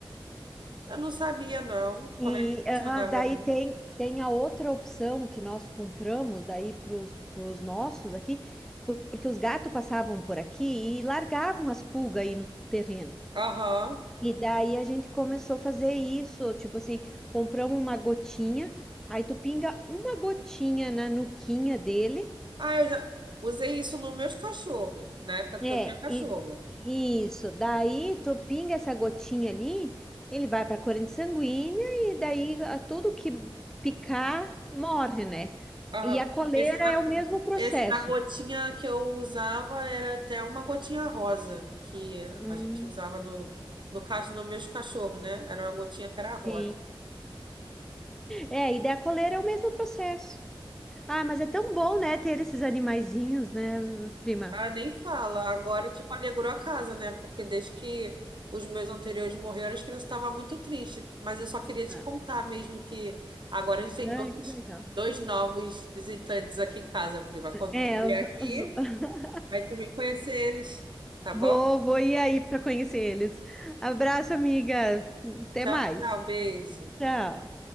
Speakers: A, on the right; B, in the centre.
A: Eu não sabia, não,
B: E
A: como é que
B: aham,
A: funcionava,
B: daí
A: não.
B: tem, tem a outra opção que nós compramos daí para os nossos aqui, por- porque os gatos passavam por aqui e largavam as pulgas aí no terreno.
A: Aham.
B: E daí a gente começou a fazer isso, tipo assim, compramos uma gotinha, aí tu pinga uma gotinha na nuquinha dele,
A: Ah, eu já usei isso nos meus cachorros, na época
B: é,
A: que eu tinha cachorro.
B: e isso, daí tu pinga essa gotinha ali, ele vai pra corrente sanguínea e daí a- tudo que picar morre, né?
A: Aham.
B: E a coleira
A: Esse da,
B: é o mesmo processo.
A: esse da gotinha que eu usava era até uma gotinha rosa, que
B: Hum,
A: a gente usava no, no caso dos meus cachorros, né? Era uma gotinha que era rosa.
B: sim. É, e daí a coleira é o mesmo processo. Ah, mas é tão bom, né, ter esses animaizinhos, né, prima?
A: Ah, nem fala. Agora, tipo, alegrou a casa, né? Porque desde que os meus anteriores morreram, as crianças estavam muito tristes. Mas eu só queria te
B: Ah,
A: contar mesmo que agora a gente
B: ai,
A: tem dois,
B: que legal.
A: dois novos visitantes aqui em casa, Priva. Quando
B: É,
A: tu vier
B: os-
A: aqui,
B: os- <laughs>
A: vai tu vir conhecer eles, tá
B: vou,
A: bom?
B: vou ir aí para conhecer eles. Abraço, amiga. Até
A: Tchau,
B: mais.
A: tchau, beijo.
B: Tchau.